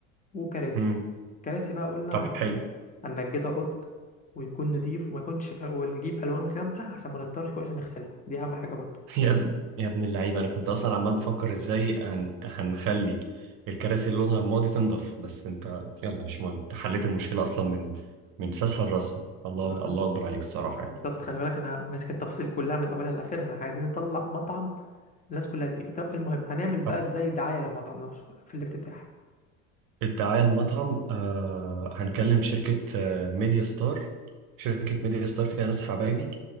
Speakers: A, on the left (about 20°); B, on the right (about 55°).
A: وكراسي
B: مم.
A: كراسي بقى قلنا
B: طب حلو
A: هننجدها قطن ويكون نضيف وما يكونش ونجيب الوان غامقه عشان ما نضطرش كل عشان نغسلها دي اهم حاجه برضو
B: <laughs> يا ابن يا ابن اللعيبة أنا كنت أصلا عمال بفكر إزاي هن... هنخلي الكراسي اللي لونها رمادي تنضف بس أنت يلا مش مهم أنت حليت المشكلة أصلا من من ساسها لراسها الله
A: بالظبط
B: الله أكبر عليك الصراحة يعني
A: بالظبط خلي بالك انا ماسك التفاصيل كلها من اولها لاخرها احنا عايزين نطلع مطعم الناس كلها تيجي طب المهم هنعمل بقى
B: طب
A: ازاي دعايه للمطعم نفسه في الافتتاح
B: الدعاية المطعم آه... هنكلم شركة آه... ميديا ستار شركة ميديا ستار فيها ناس حبايبي